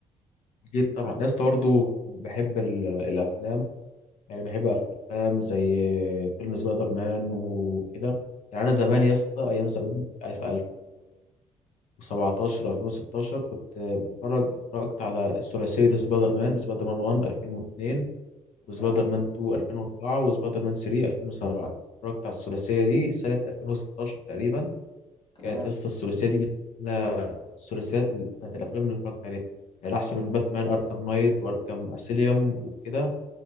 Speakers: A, on the left (about 70°); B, on the left (about 45°).
A: أكيد طبعا
B: يعني
A: يا اسطى برضه بحب ال- الأفلام يعني بحب أفلام زي فيلم سبايدر مان وكده يعني أنا زمان
B: اه
A: يا اسطى أيام زمان في 2017 2016 كنت بتفرج اتفرجت على ثلاثية سبايدر مان سبايدر مان 1 2002 وسبايدر
B: اه
A: مان 2 2004 وسبايدر مان 3 2007 اتفرجت على الثلاثية دي سنة 2016 تقريبا
B: تمام
A: كانت يا اسطى الثلاثيه دي من أحلى الثلاثيات اللي- بتاعت الافلام اللي اتفرجت عليها يعني احسن من باتمان اركام نايت واركام اسيليوم وكده